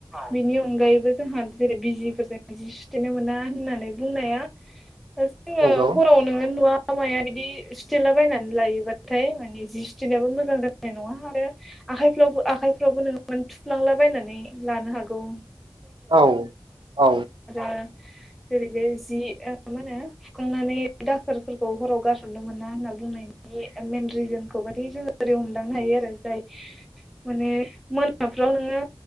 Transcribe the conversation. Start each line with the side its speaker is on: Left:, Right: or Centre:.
Centre: बिनि अनगायैबो जोंहा जेरै बिजिफोर जों जि सुथेनो मोना होननानै बुंनाया जोङो
Right: नंगौ
Centre: हराव नोङो नुवा माया बिदि सुथेला बायनानै लायोबाथाय माने जि सुथेनायाबो मोजां जानाय नङा आरो आखाइफ्लावबो आखाइफ्रावबो नों थुफ्लांलाबायनानै लानो हागौ
Right: औ औ
Centre: ओ जेरै बे जि मा होनो फुखांनानै दाखोरफोरखौ हराव गारहदनोमोना होनना बुंनाय नि मेन रिजोनखौ माने जोङो ओरै हमदांनो हायो आरो जाय माने मोना फ्राव नोङो